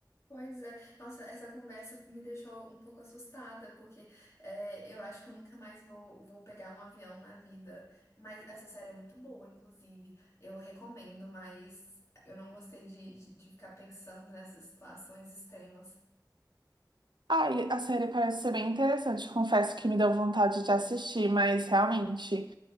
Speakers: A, on the left (about 40°); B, on the right (about 85°).
A: Pois é, nossa, essa conversa me deixou um pouco assustada, porque é, eu acho que eu nunca mais vou, vou pegar um avião na vida. Mas essa série é muito boa, inclusive. Eu recomendo, mas eu não gostei de, de de ficar pensando nessas situações extremas.
B: Ai, a série parece ser bem interessante. Confesso que me deu vontade de assistir, mas realmente.